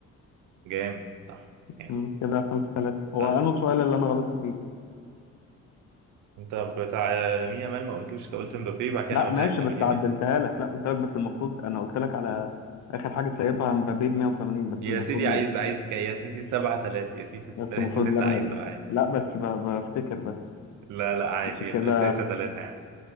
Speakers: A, on the right (about 80°); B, on the left (about 65°).
A: جامد صح يعني
B: مم، كده خمسة ثلاثة هو
A: طيب
B: أنا السؤال اللي أنا غلطت فيه
A: انت بتاع لامين يامال ما قلتوش انت قلت مبابي بعد كده
B: لا
A: انا قلت
B: ماشي
A: لك لامين
B: بس
A: يامال
B: عدلتها لك لا قلت لك بس المفروض أنا قلت لك على آخر حاجة سايبها مبابي ب 180 بس
A: يا
B: المفروض
A: سيدي عايز عايز كي يا سيدي سبعة تلاتة يا سيدي ستة
B: بس
A: تلاتة
B: المفروض
A: اللي
B: لامال
A: انت عايزه عادي
B: لا بس ب- بفتكر بس
A: لا لا عادي
B: مش كده
A: ستة تلاتة يعني.